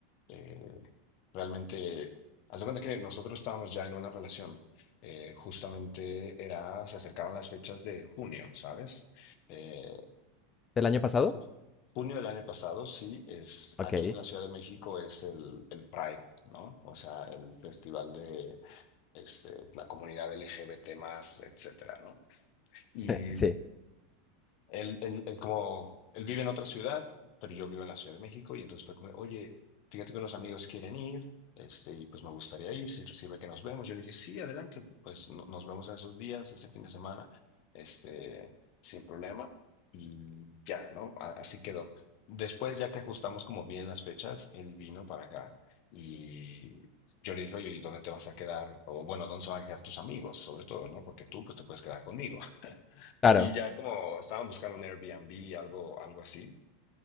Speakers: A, on the left; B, on the left.
A: Eh, realmente, haz de cuenta que nosotros estábamos ya en una relación. eh, justamente era, se acercaban las fechas de junio, ¿sabes? Eh,
B: ¿Del año pasado?
A: ju- junio del año pasado, sí, es
B: Ok,
A: aquí en la Ciudad de México es el, el Pride, ¿no? O sea, el festival de este, la comunidad LGBT más, etcétera, ¿no? y
B: sí,
A: él, él- él como, él vive en otra ciudad, pero yo vivo en la Ciudad de México y entonces fue como, oye, fíjate que los amigos quieren ir, este, y pues me gustaría ir, si sirve que nos vemos. Yo le dije, sí, adelante, pues no- nos vemos en esos días, ese fin de semana, este, sin problema. Y ya, ¿no? A- Así quedó. Después, ya que ajustamos como bien las fechas, él vino para acá y yo le dije, oye, ¿y dónde te vas a quedar? O bueno, ¿dónde se van a quedar tus amigos? Sobre todo, ¿no? Porque tú, pues, te puedes quedar conmigo.
B: claro.
A: Y ya como estaba buscando un Airbnb, algo, algo así,